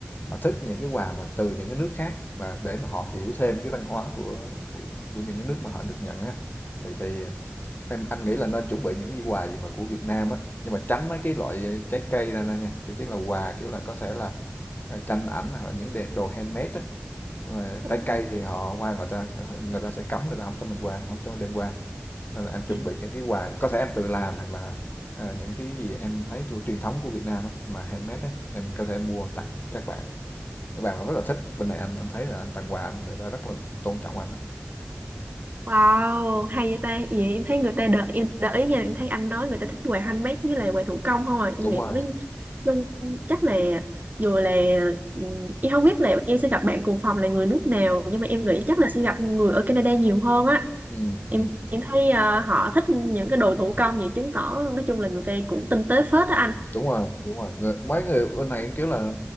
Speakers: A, on the left (about 50°); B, on the right (about 45°).
A: họ thích những cái quà mà từ những cái nước khác và để mà họ hiểu thêm cái văn hóa của của, của những cái nước mà họ được nhận á thì thì em anh nghĩ là nên chuẩn bị những cái quà gì mà của Việt Nam á nhưng mà tránh mấy cái loại trái cây ra nè nha chứ chắc là quà kiểu là có thể là à, tranh ảnh hoặc là những đồ handmade á nhưng mà
B: ừ,
A: trái cây
B: ừ.
A: thì họ qua người ta người ta sẽ cấm người ta không cho mình qua không cho đem qua nên là em chuẩn
B: ừ.
A: bị những cái quà có thể em tự làm hoặc là ờ, những cái gì em thấy thuộc truyền thống của Việt Nam á mà handmade á em có thể mua tặng các bạn các bạn rất là thích, bên này anh anh thấy là anh tặng quà anh người ta rất là tôn trọng anh á.
B: Wow, hay vậy ta. Vậy em thấy người ta đợi em đợi ý nha, em thấy anh nói người ta thích quà handmade với lại quà thủ công không à. Em
A: Đúng
B: nghĩ
A: rồi,
B: mới nhưng chắc là dù là ừm, em không biết là em sẽ gặp bạn cùng phòng là người nước nào nhưng mà em nghĩ chắc là sẽ gặp người ở Canada nhiều hơn á.
A: ừm,
B: em
A: ừm.
B: em thấy à, họ thích những cái đồ thủ công vậy chứng tỏ nói chung là người ta cũng tinh tế phết á anh
A: đúng rồi đúng rồi người, mấy người bên này kiểu là